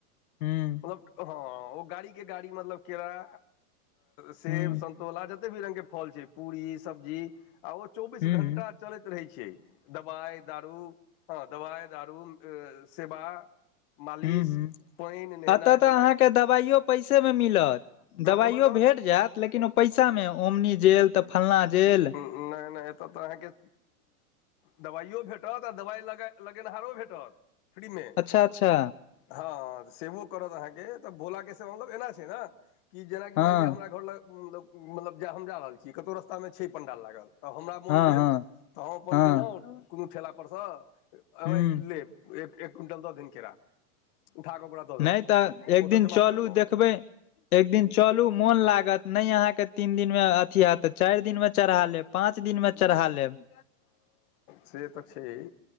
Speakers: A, on the left; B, on the left.
A: हूँ
B: हं वो गाड़ी के कैरा सेब
A: हूँ
B: वला जते भी रंगग के फल छय पूरी सब्जी आ ओ चौबीस
A: हूँ
B: घंटा चलैत रहै छै दबाइ दारू हँ दवा दारू सेवा मालिश
A: हं हं
B: पानि नहेनाइ
A: एतौ तऽ
B: धोनाइ
A: अहाँके दवाइयो पैसे मे मिलत दवाइयो
B: ओतऽ कहू
A: भेट जायत लेकिन ओ पैसा में ओमनी ज तऽ फलना जेल
B: नय नय एतऽ तऽ अहाँके दबाइो भेटत आ दबाइ लगा लगेनहारो भेटत फ्री में
A: अच्छा अच्छा
B: हँ सेबो करत अहाँकेँ तऽ भोलाके से मतलब एना छय ने जेनाकि
A: हँ
B: मानि लिअ हमरा घर लगत मतलब जा हम जा रहल छी कतहु रस्ता में छै पण्डाल लागल तऽ हमरा मोन
A: हँ
B: भेल
A: हँ
B: तऽ हम अपन
A: हँ
B: गेलौ कोनो ठेलापरसँ अबय
A: हूँ
B: लेब एक एक क्विंटल दऽ दिन केरा उठा कऽ ओकरा दऽ देलहुँ
A: नय तऽ एक
B: ओतय
A: दिन
B: जमा
A: चलू
B: कऽ देलहुँ
A: देखबै एक दिन चलू मोन लागत नहि अहाँके तीन दिन में अथी हत तऽ चारि दिन मे चढ़ा लेब पाँच दिन में चढ़ा लेब
B: से तऽ छय